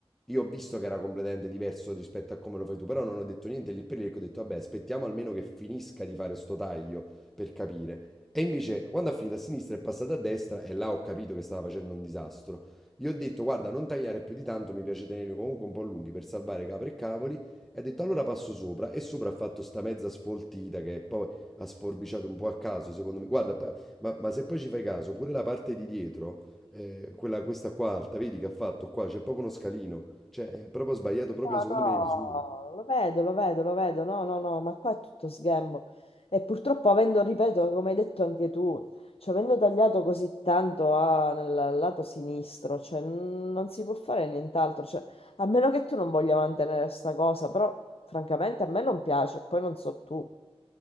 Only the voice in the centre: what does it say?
Io ho visto che era completamente diverso rispetto a come lo fai tu, però non ho detto niente lì per lì, perché ho detto, vabbè, aspettiamo almeno che finisca di fare sto taglio per capire. E invece, quando ha finito a sinistra è passata a destra e là ho capito che stava facendo un disastro. Gli ho detto, guarda, non tagliare più di tanto, mi piace tenerli comunque un po' lunghi per salvare capre e cavoli. E ha detto, allora passo sopra. E sopra ha fatto sta mezza sfoltita che poi ha sforbiciato un po' a caso, secondo me. Guarda, poi- ma, ma se poi ci fai caso, pure la parte di dietro eh, quella, questa qua alta, vedi che ha fatto qua, c'è proprio uno scalino, cioè è proprio sbagliato proprio
secondo me le misure.